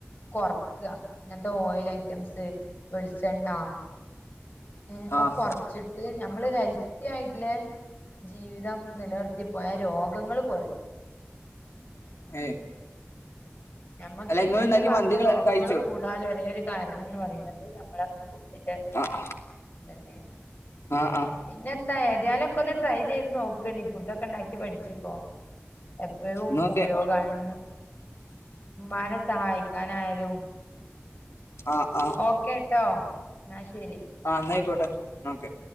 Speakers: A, on the left; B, on the left.
A: കൊറക്കാ ഇങ്ങത്തെ ഓയിൽ ഐറ്റംസ്, വെളിച്ചെണ്ണ ഏഹ് ഓഹ്
B: ആഹ്
A: കുറച്ച് നമ്മള് ഹെൽത്തി ആയിട്ടുള്ള ജീവിതം നിലനിർത്തി പോയാൽ രോഗങ്ങള് കുറയും.
B: ഏഹ്
A: നമ്മുക്ക്
B: അല്ല നിങ്ങൾ
A: ഇന്നത്തെ
B: ഉണ്ടാക്കിയ
A: കാലത്ത്
B: മന്തി ക
A: രോഗങ്ങൾ
B: കഴിച്ചോ
A: കൂടാള്ള ഒരേ ഒരു കാരണം എന്ന് പറയുന്നത് നമ്മടെ ഫുഡിന്റെ
B: ആഹ്
A: തന്നെയാണ്.
B: ആഹ് ആഹ്
A: പിന്നെ എന്താ ഏതായാലൊക്കെ ഒന്ന് ട്രൈ ചെയ്ത് നോക്കണ്ടീ ഫുഡൊക്കെ ഒണ്ടാക്കി പഠിച്ചിക്കോ എപ്പോഴും
B: എന്നാ ഓക്കെ
A: ഉപയോഗാണിന്ന് ഉമ്മാനെ സഹായിക്കാനായാലും
B: ആ ആ
A: ഓക്കേട്ടോ എന്നാ ശരി.
B: ആ എന്നായിക്കോട്ടെ എന്നാ ഓക്കെ